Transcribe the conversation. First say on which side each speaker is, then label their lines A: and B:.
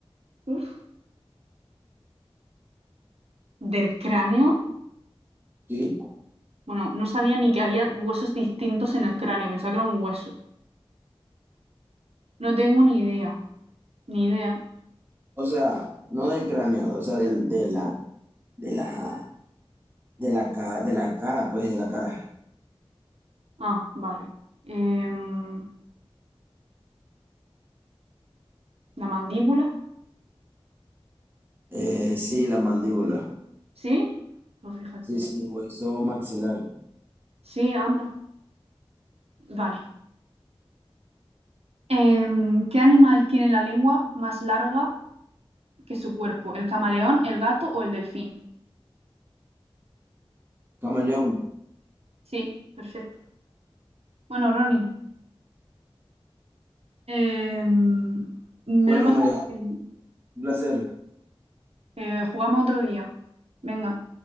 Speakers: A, on the right; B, on the right.
A: Uf. ¿Del cráneo?
B: ¿Sí?
A: Bueno, no sabía ni que había huesos distintos en el cráneo, pensaba que era un hueso. No tengo ni idea, ni idea.
B: O sea, no del cráneo, o sea, del, de la, de la, de la, ca- de la cara, pues, de la cara.
A: Ah, vale. Em, ¿la mandíbula?
B: Eh, sí, la mandíbula.
A: ¿Sí? Pues fíjate.
B: Sí, sí, hueso maxilar.
A: Sí, anda. Vale. Em, ¿qué animal tiene la lengua más larga que su cuerpo? ¿El camaleón, el gato o el delfín?
B: Camaleón.
A: Sí, perfecto. Bueno, Ronnie, em, me
B: Bueno,
A: lo he pasado.
B: María,
A: bien.
B: un placer.
A: Eh, jugamos otro día. Venga.